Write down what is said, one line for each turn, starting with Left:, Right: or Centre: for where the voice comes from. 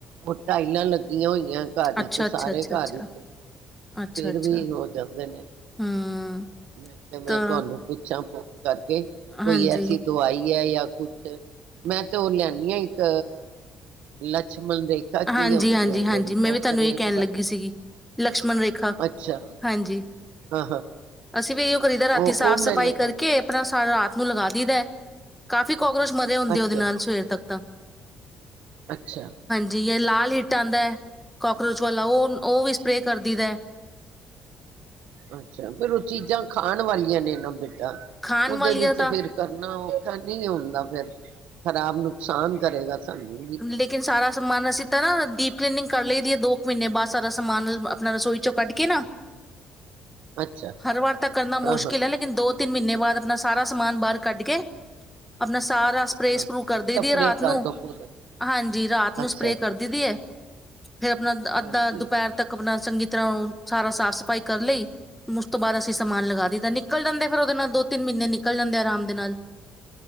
Right: ਉਹ ਟਾਈਲਾਂ ਲੱਗੀਆਂ ਹੋਈਆਂ। ਘਰ
Centre: ਅੱਛਾ
Right: ਚ
Centre: ਅੱਛਾ
Right: ਸਾਰੇ
Centre: ਅੱਛਾ ਅੱਛਾ
Right: ਘਰ ਚ
Centre: ਅੱਛਾ
Right: ਫਿਰ
Centre: ਅੱਛਾ
Right: ਵੀ ਹੋ ਜਾਂਦੇ ਨੇ।
Centre: ਹਮ
Right: ਮੈਂ ਕਿਹਾ ਮੈਂ
Centre: ਤਾਂ
Right: ਤੁਹਾਨੂੰ ਪੁੱਛਾਂ ਫੋਨ ਕਰਕੇ
Centre: ਹਾਂਜੀ,
Right: ਕੋਈ ਐਸੀ ਦਵਾਈ ਜਾਂ ਕੁਛ ਮੈਂ ਤੇ ਉਹ ਲਿਆਦੀ ਹਾਂ। ਇੱਕ ਲੱਛ ਮਣ ਰੇਖਾ ਕੀ
Centre: ਹਾਂਜੀ,
Right: ਹੁੰਦੀ
Centre: ਹਾਂਜੀ,
Right: ਹੈ, ਜਿਹੜੀ
Centre: ਹਾਂਜੀ ਮੈਂ
Right: ਕੋਕਰੇਚ
Centre: ਵੀ ਤੁਹਾਨੂੰ ਇਹ ਕਹਿਣ
Right: ਵਾਲੀ
Centre: ਲੱਗੀ ਸੀਗੀ। ਲਕਸ਼ਮਣ ਰੇਖਾ।
Right: ਅੱਛਾ
Centre: ਹਾਂਜੀ,
Right: ਹਾਂ ਹਾਂ
Centre: ਅਸੀਂ ਵੀ ਇਹਉ- ਕਰੀ ਦਾ। ਰਾਤੀ
Right: ਉਹ
Centre: ਸਾਫ਼-ਸਫ਼ਾਈ
Right: ਉਹ ਮੈਂ ਲਗਾਉਦੀ
Centre: ਕਰਕੇ ਆਪਣਾ ਸਾਰਾ ਰਾਤ ਆਪ ਨੂੰ ਲਗਾ ਦਈ ਦਾ ਕਾਫੀ- ਕਾਕਰੋਚ ਮਰੇ ਹੁੰਦੇ।
Right: ਅੱਛਾ
Centre: ਉਹਦੇ ਨਾਲ ਸਵੇਰ ਤੱਕ ਤਾਂ।
Right: ਅੱਛਾ।
Centre: ਜੀ ਯਾ ਲਾਲ ਹਿੱਟ ਆਦਾ ਹੈ। ਕਕਰੋਚ ਵਾਲਾ ਉਹ-ਉਹ ਵੀ ਸਪਰੇਅ ਕਰ ਦਈਦਾ ਐ।
Right: ਅੱਛਾ, ਫਿਰ ਉਹ ਚੀਜ਼ਾਂ- ਖਾਣ ਵਾਲੀਆਂ ਨੇ, ਨਾਂ ਬੇ ਟਾ
Centre: ਖਾਣ
Right: ਉਹਦੇ
Centre: ਵਾਲੀਆਂ
Right: ਵਿੱਚ
Centre: ਦਾ
Right: ਫਿਰ ਕਰਨਾ, ਉਹ- ਨਹੀਂ ਹੁੰਦਾ, ਫਿਰ ਖਰਾਬ, ਨੁਕਸਾਨ ਕਰੇਗਾ। ਸਾਨੂੰ ਵੀ
Centre: ਲੇਕਿਨ, ਸਾਰਾ ਸਮਾਨ ਅਸੀਂ ਤਾਂ ਨਾ ਡੀਪ- ਕਲੀਨਿੰਗ ਕਰ ਲਈ ਦੀ ਹੈ। ਦੋ ਕੁ ਮਹੀਨੇ ਬਾਅਦ ਸਾਰਾ ਸਮਾਨ ਆਪਣਾ ਰਸੋਈ ਚੋਂ ਕੱਢ ਕੇ ਨਾ,
Right: ਅੱਛਾ
Centre: ਹਰ ਵਾਰ ਤਾਂ ਕਰਨਾ
Right: ਹਾਂ
Centre: ਮੁਸ਼ਕਿਲ
Right: ਹਾਂ ਹਾਂ
Centre: ਹੈ, ਲੇਕਿਨ ਦੋ, ਤਿੰਨ ਮਹੀਨੇ ਬਾਅਦ ਆਪਣਾ- ਸਾਰਾ ਸਮਾਨ ਬਾਹਰ ਕੱਢ ਕੇ, ਆਪਣਾ- ਸਾਰਾ ਸਪਰੇ-ਸਪਰੂ
Right: ਹਾਂ
Centre: ਕਰ ਦੇ
Right: ਸਪਰੇ
Centre: ਦੀ ਹੈ ਰਾਤ
Right: ਕਰ
Centre: ਨੂੰ।
Right: ਦੋ ਪੂਰੇ
Centre: ਹਾਂਜੀ। ਰਾਤ ਨੂੰ
Right: ਅੱਛਾ
Centre: ਸਪਰੇਅ
Right: ਅੱਛਾ
Centre: ਕਰਦੀ ਦੀ ਹੈ, ਫਿਰ ਆਪਣਾ ਅੱਧਾ
Right: ਹਾਂਜੀ
Centre: ਦੁਪਹਿਰ ਤੱਕ ਆਪਣਾ- ਚੰਗੀ ਤਰ੍ਹਾਂ ਸਾਰਾ ਸਾਫ਼ ਸਫ਼ਾਈ ਕਰ ਲਈ। ਉਸ ਤੋਂ ਬਾਅਦ ਅਸੀਂ ਸਮਾਨ ਲਗਾ ਦਿੱਤਾ। ਨਿਕਲ ਜਾਂਦੇ ਫਿਰ ਉਹਦੇ ਨਾਲ ਦੋ, ਤਿੰਨ ਮਹੀਨੇ ਨਿਕਲ ਜਾਂਦੇ, ਆਰਾਮ ਦੇ ਨਾਲ।